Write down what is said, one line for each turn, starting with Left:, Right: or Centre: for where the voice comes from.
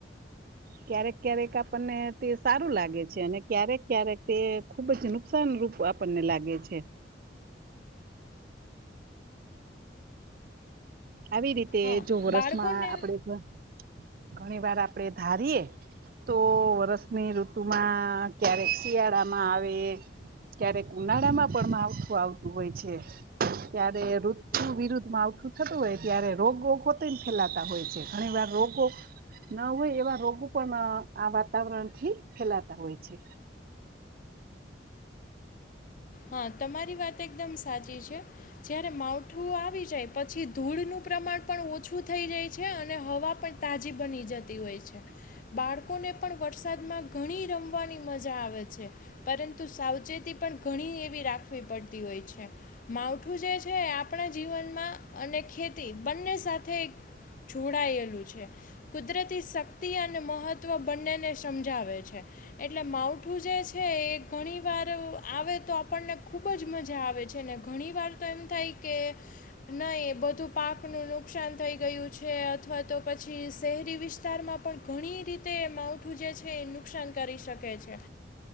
Right: ક્યારેક ક્યારેક આપણને તે સારું લાગે છે અને ક્યારેક ક્યારેક તે ખુબ જ નુકસાન રૂપ આપણને લાગે છે. આવી રીતે
Left: હા
Right: જો વરસમાં
Left: બાળકોને
Right: આપણે ઘણી વારા આપણે ધારીએ તો વરસની ઋતુ માં ક્યારેક શિયાળામાં આવે, ક્યારેક ઉનાળામાં પણ માવઠું આવતું હોય છે, ક્યારે ઋતુ વિરુદ્ધમાં માવઠું થત હોય ત્યારે રોગો પોતેને ફેલાતા હોય છે ઘણી વાર રોગો ના હોય એવા રોગો પણ આ વાતાવરણથી ફેલાતા હોય છે.
Left: હા તમારી વાત એકદમ સાચી છે જ્યારે માવઠું આવી જાય પછી ધૂળનું પ્રમાણ પણ ઓછું થઈ જાય છે અને હવા પણ તાજી બની જતી હોય છે બાળકોને પણ વરસાદમાં ઘણી રમવાની મજા આવે છે પરંતુ સાવચેતી પણ ઘણી એવી રાખવી પડતી હોય છે. માવઠું જે છે આપણા જીવન અને ખેતી બંને સાથે જોડાયેલું છે કુદરતી શક્તિ અને મહત્ત્વ બંનેને સમજાવે છે એટલે માવઠું જે છે એ ઘણી વાર આવે તો આપણને ખૂબ જ મજા આવે છે ને ઘણી વાર તો એમ થાય કે નહીં એ બધું પાકનું નુકસાન થઈ ગયું છે અથવા તો પછી શહેરી વિસ્તારમાં પણ ઘણી રીતે તે માવઠું જે છે નુકસાન કરી શકે છે,